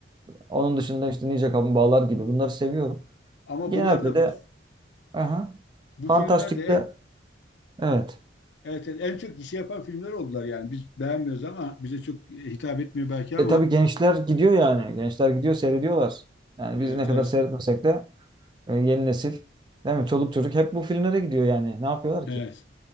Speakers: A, on the right (about 25°); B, on the left (about 65°).
A: Onun dışında işte Ninja Kaplumbağalar gibi bunları seviyorum.
B: Ama
A: Genelde
B: bunlar da
A: de
B: bas-
A: aha,
B: bu
A: Fantastik'te
B: filmler de en,
A: evet.
B: evet, evet, en çok gişe yapan filmler oldular yani. Biz beğenmiyoruz ama bize çok hitap etmiyor belki ama
A: E tabii gençler gidiyor yani. Gençler gidiyor seyrediyorlar. Yani
B: evet
A: biz ne kadar
B: evet.
A: seyretmesek de e, yeni nesil değil mi? Çoluk çocuk hep bu filmlere gidiyor yani. Ne yapıyorlar
B: Evet.
A: ki?